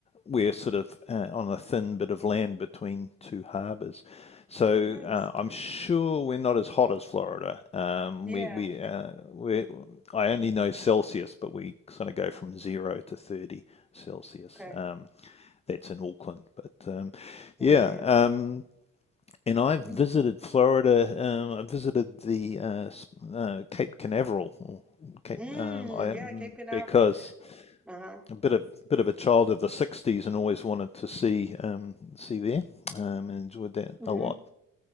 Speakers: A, on the left; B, in the centre.
A: we're sort of uh, on a thin bit of land between two harbours. So
B: Nice.
A: uh, I'm sure we're not as hot as Florida. Um,
B: Yeah.
A: we we uh, we I only know Celsius, but we sort of go from zero to 30 Celsius.
B: Okay.
A: Um, that's in Auckland. But um, yeah,
B: Mm-hmm.
A: um, and I've
B: Do,
A: visited Florida. Um, I visited the uh, uh, Cape Canaveral, or Cape.
B: mm,
A: Um, I um,
B: yeah, Cape Canaveral.
A: because
B: Uh-huh.
A: a bit of bit of a child of the '60s and always wanted to see um, see there. Um, and enjoyed that
B: Mm-hmm.
A: a lot.